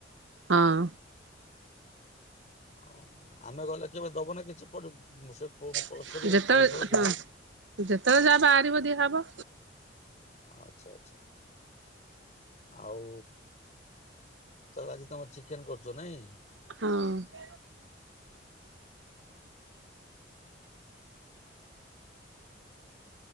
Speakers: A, on the right; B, on the left.
A: ହଁ।
B: ହଉ ଆମେ ଗଲେ କେବେ ଦବୁନା କିଛି ପ ସେ ପ
A: ଯେତେବେଳେ
B: ଗଛରୁ ଫଳ ଫଳ କିଛି?
A: ହଁ ଯେତେବେଳେ ଯାଆ ବାହାରିବ ଦିଆ ହବ।
B: ଆଚ୍ଛା ଆଚ୍ଛା ଆଉ। ତାହେଲେ ଆଜି ତମର ଚିକେନ କରୁଚ ନାଇଁ।
A: ହଁ